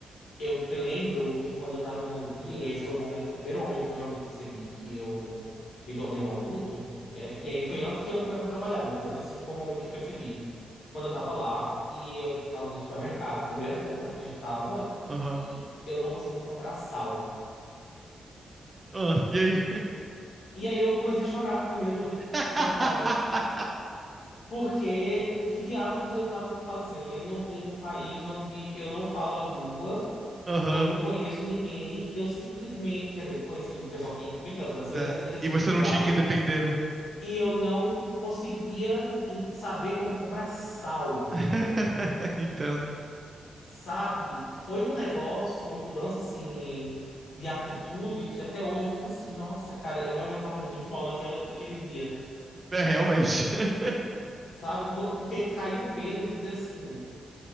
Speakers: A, on the left; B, on the right.
A: eu lembro que quando eu estava na Hungria, e esse foi o momento, o primeiro momento que eu realmente percebi que eu me tornei um adulto, né? E aí foi antes de eu começar a trabalhar, mas mesmo assim foi o momento que eu percebi. Quando eu estava lá e eu estava no supermercado, primeira compra que a gente estava
B: aham.
A: e eu não consegui encontrar sal.
B: Ah, e aí?
A: E aí eu comecei a chorar no meio do,
B: <laughs>
A: do mercado. Porque o que diabos eu estava fazendo em um país onde eu não falo a língua?
B: Aham.
A: Eu não conheço ninguém e eu simplesmente. Quer dizer, conheci um pessoal que tinha ido comigo, né, os brasileiros,
B: É,
A: mas eu digo assim,
B: E você
A: de
B: não
A: lá.
B: tinha
A: no
B: quem depender, né?
A: E eu não conseguia em- saber como comprar sal,
B: <laughs> Entendo.
A: sabe? Foi um negócio, uma mudança assim de atitude que até hoje eu fico assim, nossa, cara, eu realmente tava muito mal naquela, naquele dia,
B: É, realmente. <laughs>
A: sabe? Por- Porque caiu o peso de dizer assim.